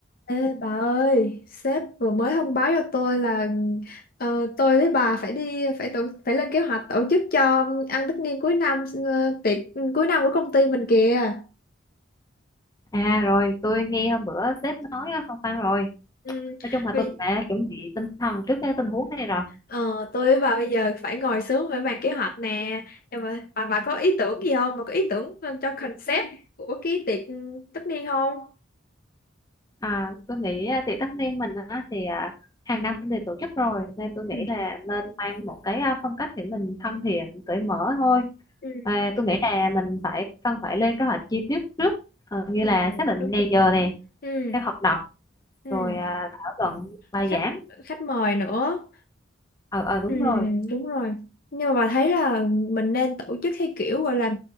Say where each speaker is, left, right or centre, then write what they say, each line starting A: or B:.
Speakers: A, on the left; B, on the left.
A: Ê bà ơi, sếp vừa mới thông báo cho tôi là ờ, tôi với bà phải đi phải tổ, phải lên kế hoạch tổ chức cho ăn tất niên cuối năm ờ, tiệc cuối năm của công ty mình kìa.
B: À rồi, tôi nghe hôm bữa sếp nói ờ, phong phanh rồi.
A: Ừ,
B: Nói chung là
A: vì
B: tôi cũng đã chuẩn bị tinh thần trước cái tình huống này rồi.
A: ờ, tôi với bà bây giờ phải ngồi xuống phải bàn kế hoạch nè nhưng mà bà, bà có ý tưởng gì không bà có ý tưởng ờ, cho concept của cái tiệc tất niên không
B: À, tôi nghĩ ờ, tiệc tất niên mình á, thì à, hàng năm thì tổ chức rồi nên tôi nghĩ
A: Ừ,
B: là nên mang một cái ờ, phong cách để mình thân thiện, cởi mở thôi.
A: ừ,
B: À, tôi nghĩ là mình phải cần phải lên kế hoạch chi tiết trước, Ờ, như
A: ừ,
B: là xác định
A: đúng.
B: ngày giờ này,
A: ừ,
B: các hoạt động,
A: ừ.
B: rồi à, thảo luận bài
A: khách
B: giảng.
A: khách mời nữa
B: Ờ ờ đúng
A: Ừ,
B: rồi.
A: đúng rồi. Nhưng mà bà thấy là mình nên tổ chức theo kiểu gọi là